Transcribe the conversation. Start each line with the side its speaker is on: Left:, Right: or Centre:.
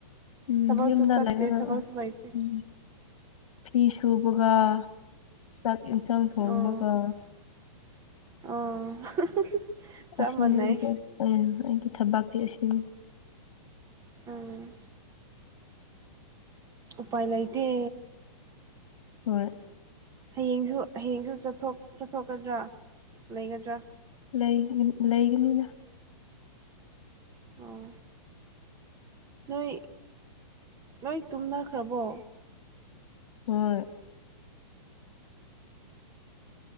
Left: ꯎꯝ
Right: ꯊꯕꯥꯜꯁꯨ
Left: ꯌꯨꯝꯗ
Right: ꯆꯠꯇ
Left: ꯂꯩꯔꯒ
Right: ꯊꯕꯥꯜꯁꯨ ꯃꯥꯥꯏꯇ
Left: ꯎꯝ ꯐꯤ ꯁꯨꯕꯒ ꯆꯥꯛ ꯌꯦꯟꯁꯥꯡ ꯊꯣꯡꯕꯒ
Right: ꯑꯣ ꯑꯣ ꯆꯞ
Left: ꯑꯁꯤꯅꯤ
Right: ꯃꯥꯟꯅꯩ
Left: ꯑꯩꯈꯣꯏ ꯑꯩꯒꯤ ꯊꯕꯛꯇꯤ ꯑꯁꯤꯅꯤ
Right: ꯑ ꯄꯥꯏ ꯂꯩꯗꯤ
Left: ꯍꯣꯏ
Right: ꯍꯌꯦꯡꯁꯨ ꯍꯌꯦꯡꯁꯨ ꯆꯠꯊꯣꯛꯀꯗ꯭ꯔꯥ ꯂꯩꯒꯗ꯭ꯔꯥ
Left: ꯂꯩꯅꯤ ꯂꯩꯒꯅꯤꯅ
Right: ꯑꯣ ꯅꯣꯏ ꯅꯣꯏ ꯇꯨꯝꯅꯈ꯭ꯔꯕꯣ
Left: ꯍꯣꯏ